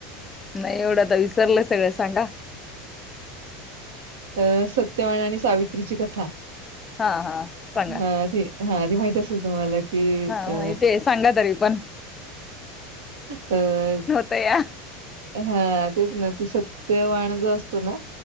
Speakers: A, on the left; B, on the right.
A: नाही एवढा तर विसरलंय सगळ्या सांगा.
B: अ सत्यवान आणि सावित्रीची कथा.
A: हा हा सांगा
B: हा ती हा ती माहित असेल तुम्हाला कि
A: हा
B: अ
A: माहिती आहे सांगा तरी पण
B: अ
A: तया
B: हा तेच ना ते सत्यवाण जो असतो ना